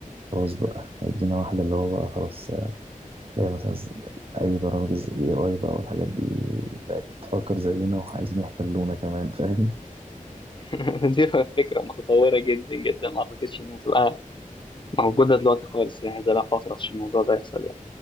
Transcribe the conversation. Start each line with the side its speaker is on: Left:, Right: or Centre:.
Right: خلاص بقى هيدينا واحده اللي هو بقى خلاص زي مثلا ز- اي برامج الاي اي بقى والحاجات دي بقت تفكر زينا وعايزين يحتلونا كمان فاهم
Left: <laughs> دي فكرة متطورة جدا جدا ما أعتقدش إنها تبقى موجودة دلوقتي خالص يعني ده لها فترة عشان الموضوع ده يحصل يعني